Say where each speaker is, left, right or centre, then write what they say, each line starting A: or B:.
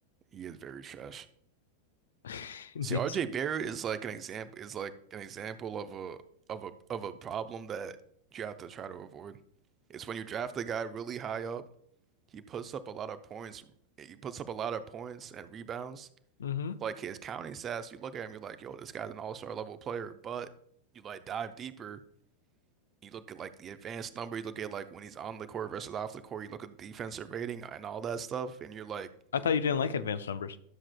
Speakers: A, on the right (about 25°); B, on the left (about 65°).
A: he is very trash.
B: <laughs> Knicks.
A: See, RJ Barrett is like an example is like an example of a of a of a problem that you have to try to avoid. It's when you draft a guy really high up, he puts up a lot of points, he puts up a lot of points and rebounds.
B: hmm
A: Like his counting stats, you look at him, you're like, yo, this guy's an all-star level player. But you like dive deeper, you look at like the advanced number, you look at like when he's on the court versus off the court, you look at the defensive rating and all that stuff, and you're like,
B: I thought you didn't like advanced numbers.